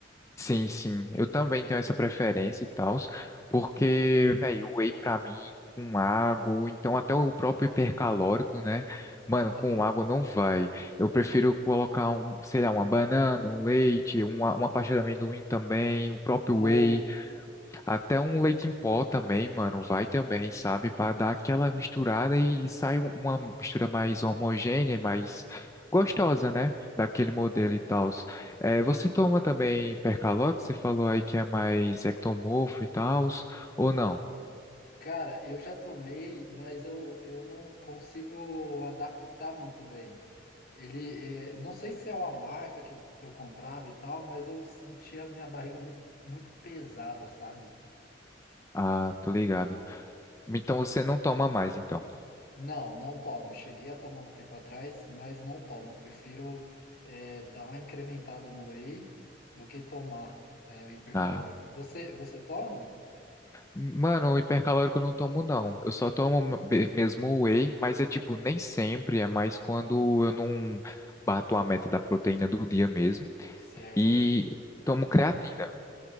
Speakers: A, on the left (about 15°); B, on the left (about 55°).
A: Sim, sim. Eu também tenho essa preferência e tal, porque, velho, o whey pra mim, com água, ou então até o próprio hipercalórico, né? Mano,
B: Aham.
A: com água não vai. Eu prefiro colocar, um, sei lá, uma banana, um leite, uma, uma pasta de amendoim também, o próprio
B: Ou.
A: whey. Até um leite em pó também, mano, vai também, sabe? Pra dar aquela misturada e sai um, uma mistura mais homogênea, e mais
B: Uhum.
A: gostosa, né? Daquele modelo e tal. É, você toma também percalórico? Você falou aí que é mais ectomorfo e tal, ou não?
B: Cara, eu já tomei, mas eu, eu não consigo adaptar muito bem. Ele, eh, não sei se é uma marca que eu, que eu comprava e tal, mas eu sentia a minha barriga muito, muito pesada, sabe?
A: Ah, tô ligado. Então você não toma mais, então.
B: Não, não tomo. Eu cheguei a tomar um tempo atrás, mas não tomo. Eu prefiro, eh, dar uma incrementada no whey do que tomar, eh, o hipercalórico.
A: Ah.
B: Você, você toma?
A: Mano, o hipercalórico eu não tomo, não. Eu só tomo be- mesmo o whey, mas é tipo, nem sempre, é mais quando eu não bato a meta da proteína do dia mesmo.
B: Certo.
A: E tomo creatina.